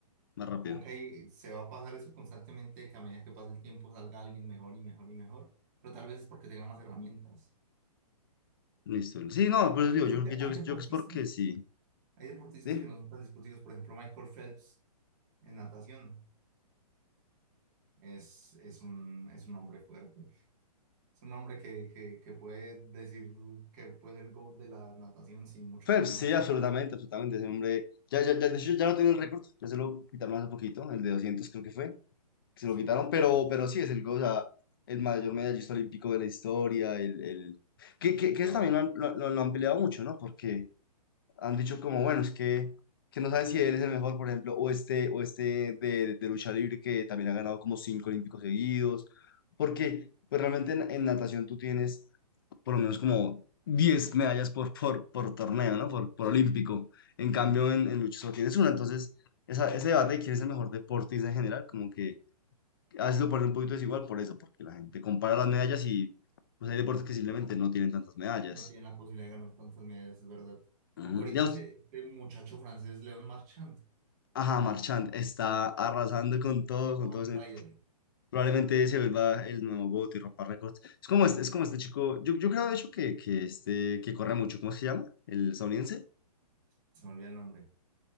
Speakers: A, on the left; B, on the right.
A: más rápido,
B: como que ahí se va a pasar eso constantemente, que a medida que pasa el tiempo salga alguien mejor y mejor y mejor, pero tal vez es porque tenga más herramientas.
A: listo. Sí, no,
B: Igual
A: por eso
B: yo
A: digo,
B: creo
A: yo
B: que
A: creo que, yo,
B: hay
A: yo
B: deportistas,
A: creo que es porque sí,
B: hay deportistas
A: ¿sí?
B: que no son tan discutidos, por ejemplo, Michael Phelps en natación. es, es un, es un hombre fuerte. Es un hombre que, que, que puede decir que puede ser el GOAT de la natación sin mucho
A: Pues
B: problema.
A: sí, absolutamente, absolutamente, ese hombre, ya, ya, ya, de hecho ya no tiene el récord, ya se lo quitaron hace poquito, el de 200 creo que fue, que se
B: Sí,
A: lo quitaron, pero, pero sí, es el, o sea, el mayor medallista olímpico de la historia, el, el... Que, que,
B: por
A: que eso
B: ahora.
A: también lo han, lo, lo- lo han peleado mucho, ¿no? Porque han dicho como, bueno, es que, que no saben si él es el mejor, por ejemplo, o este, o este de, de lucha libre que también ha ganado como cinco olímpicos seguidos, porque pues realmente en, en natación tú tienes por lo menos como 10 medallas por, por, por torneo, ¿no? Por, por
B: Sí,
A: olímpico.
B: sí, sí.
A: En
B: Tien-
A: cambio, en, en lucha solo tienes una, entonces esa, ese debate de quién es el mejor deportista en general, como que a veces lo ponen un poquito desigual por eso, porque la gente compara las medallas y pues hay deportes que simplemente no tienen tantas medallas.
B: no tiene la posibilidad de ganar tantas medallas, es verdad.
A: Ujú.
B: Aunque ahorita
A: Digamos,
B: ese, este muchacho francés, Leon Marchand,
A: Ajá,
B: va,
A: Marchand está arrasando con todo, con
B: va
A: todo.
B: on
A: ese-
B: fire.
A: Probablemente se vuelva el nuevo GOAT y rompa récords. Es como este, es como este chico, yo, yo creo de hecho que, que este, que corre mucho, ¿cómo se llama? El estadounidense.
B: Se me olvida el nombre.